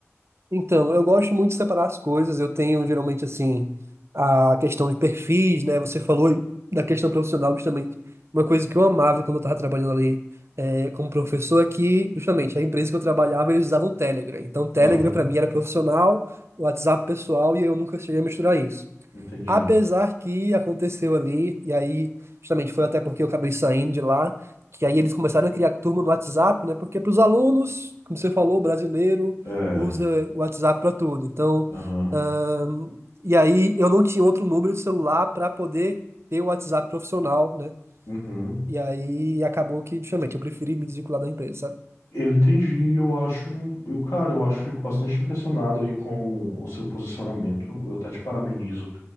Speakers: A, on the right; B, on the left.
A: Então, eu gosto muito de separar as coisas. Eu tenho geralmente assim a questão de perfis, né? Você falou da questão profissional justamente. Uma coisa que eu amava quando eu estava trabalhando ali eh, como professor é que justamente a empresa que eu trabalhava eles usavam Telegram. Então, Telegram
B: Aham,
A: para mim era profissional, WhatsApp pessoal e eu nunca cheguei a misturar isso.
B: entendi.
A: Apesar que aconteceu ali, e aí, justamente foi até porque eu acabei saindo de lá, que aí eles começaram a criar turma no WhatsApp, né? Porque para os alunos, como você falou, o brasileiro
B: É,
A: usa o WhatsApp para tudo. Então,
B: aham,
A: ahn, e aí eu não tinha outro número de celular para poder ter o WhatsApp profissional, né?
B: uhum.
A: E aí acabou que, justamente, eu preferi me desvincular da empresa, sabe?
B: Eu entendi, eu acho, eu, cara, eu acho, fico bastante impressionado aí com o seu posicionamento. Eu até te parabenizo